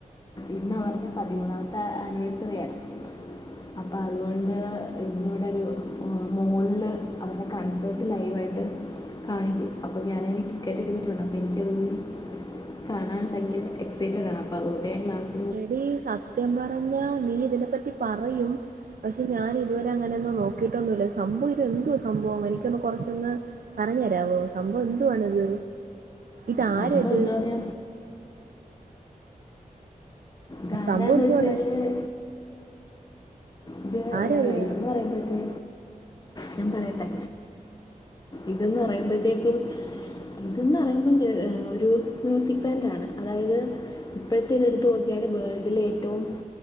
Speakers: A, on the left; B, on the right.
A: ഇന്ന് അവരുടെ പതിമൂന്നാമത്തെ ആനിവേഴ്സറിയാണ് അപ്പൊ അതുകൊണ്ട് ഇന്നിവിടെരു മോളില് അവരുടെ കൺസൽട്ട് ലൈവായിട്ട് കാണിക്കും അപ്പോ ഞാനതിന് ടിക്കറ്റെടുത്തിട്ടുണ്ട് അപ്പോൾ എനിക്കതൊന്ന് കാണാൻ ഭയങ്കര എക്സൈറ്റഡ് ആണ് അപ്പോ അതുകൊണ്ട് ഞാൻ ക്ലാസ്
B: എടീ സത്യം പറഞ്ഞാ നീ ഇതിനെ പറ്റി പറയും പക്ഷെ ഞാൻ ഇതുവരെ അങ്ങനെയൊന്നും നോക്കിട്ടൊന്നുല്ല സംഭവ ഇത് എന്തുവാ സംഭവം എനിക്കൊന്ന് കൊറച്ചൊന്ന് പറഞ്ഞു തരാവോ സംഭവം എന്തുവാണിത് ഇതാരാ
A: സംഭവം
B: ഇത്
A: എന്ദോന്നെ താരാന്ന്
B: സംഭവം എന്തുവാണ്
A: വച്ചാല് ഇത്
B: ആരാ ഇത്
A: ഇതിന്നു പറയുമ്പത്തേ ഞാൻ പറയട്ടെ ഇത്‌ന്ന് പറയുമ്പോഴത്തേക്കും ഇതന്ന്പറയുമ്പ ഒരു മ്യൂസിക് ബാൻഡാണ് അതായത് ഇപ്പോഴത്തെ ഇത് എടുത്തു നോക്കിയാല് വേൾഡിലെ ഏറ്റവും